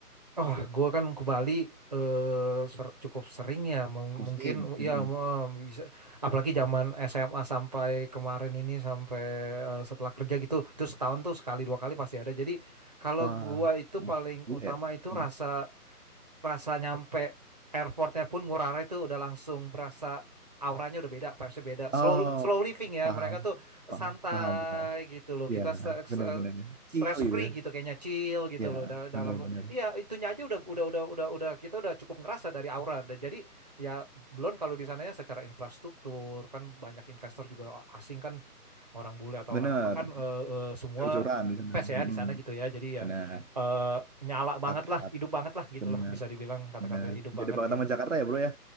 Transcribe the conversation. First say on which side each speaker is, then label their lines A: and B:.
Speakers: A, on the right; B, on the right.
A: Oh, gue kan ke Bali eh, ser- cukup sering ya, mung-
B: Muslim.
A: mungkin ya
B: Mm-mm.
A: em, bisa. Apalagi zaman SMA sampai kemarin ini sampai eh, setelah kerja gitu, itu setahun tuh sekali dua kali pasti ada. Jadi kalau
B: Wah,
A: gua itu
B: mm,
A: paling
B: juga
A: utama
B: ya.
A: itu rasa
B: Mm.
A: rasa nyampe airportnya pun Ngurah Rai itu udah langsung berasa auranya udah beda, vibesnya beda. Slow
B: Oh,
A: slow living ya,
B: paham,
A: mereka tuh
B: paham,
A: santai
B: paham, paham.
A: gitu loh. Kita
B: Ya,
A: st- st-
B: benar-benar.
A: stress
B: Chill
A: free
B: gitu.
A: gitu kayaknya chill gitu
B: Ya,
A: loh Da- dalam
B: benar-benar.
A: iya itunya aja udah udah udah udah udah kita udah cukup ngerasa dari aura Dan jadi ya belum kalau di sananya secara infrastruktur kan banyak investor juga asing kan orang bule atau
B: Benar,
A: orang apa kan eh, eh, semua
B: jor-joran di
A: impes
B: sana. Mm-mm.
A: ya di sana gitu ya jadi
B: Benar,
A: ya eh, nyala
B: status
A: banget lah
B: status.
A: hidup banget lah gitu
B: Benar,
A: lah bisa dibilang kata-kata
B: benar.
A: hidup banget
B: Beda banget
A: gitu
B: sama Jakarta ya, bro ya.